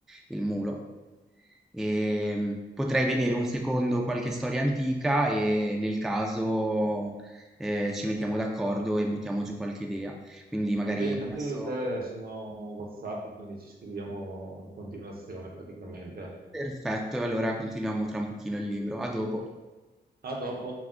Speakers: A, in the centre; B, on the right.
A: il mulo. E, mh, potrei vedere un secondo qualche storia antica e nel caso, eh, ci mettiamo d'accordo e buttiamo giù qualche idea. Quindi magari
B: Va bene, tanto
A: adesso
B: io e te siamo WhatsApp, quindi ci scriviamo in continuazione praticamente.
A: Perfetto, allora continuiamo tra un pochino il libro. A dopo.
B: A dopo.